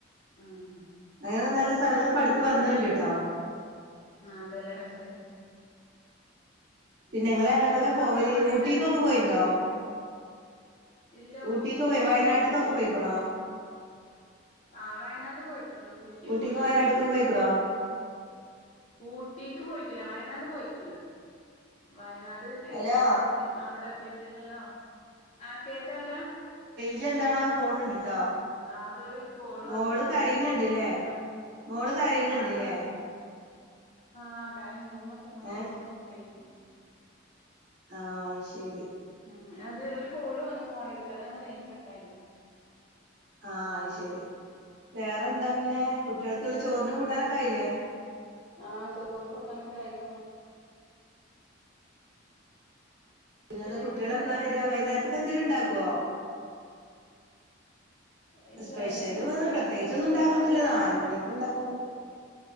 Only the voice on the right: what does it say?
അങ്ങനെ നല്ല സ്ഥലങ്ങൾ ഇപ്പ അടുത്ത്
വന്നിണ്ട് ട്ടോ
പിന്നെ നിങ്ങള്
എങ്ങോട്ടൊക്കെ പോവല്
ഊട്ടിക്കൊക്കെ
പോയിണ്ടോ
ഊട്ടിക്ക്
പോയി വയനാട്ട്ക്കൊക്കെ
പോയിക്കണോ
ഊട്ടിക്കും
വയനാട്ട്ക്കൊക്കെ പോയിക്കണോ
ഹലോ
ജ എന്താണാ ഫോണ ഇണ്ടിട്ടോ
മോള്
കരയന്ന ഇണ്ടല്ലേ
മോള് കാര്യന്നുണ്ടല്ലേ
ഏ
ആഹ ശരി
ആഹ അത് ശരി വേറെ എന്താ പിന്നെ കുട്ടികൾക്കുള്ള ചോറിന് കൂട്ടാനൊക്കെ ആയില്ലേ <unintelligible>
പിന്നെ അന്താ
കുട്ടികളെ
എപ്പളാ വെര
കവൈന്നേരത്തക്ക്
എന്തേങ്ലും ണ്ടാക്കു
സ്പെഷ്യല്
വേറെ
പ്രത്യേകിച്ചൊന്നും
ഉണ്ടാക്കൊന്നുല്ല
നാല് മണിക്ക് ഉണ്ടാക്കും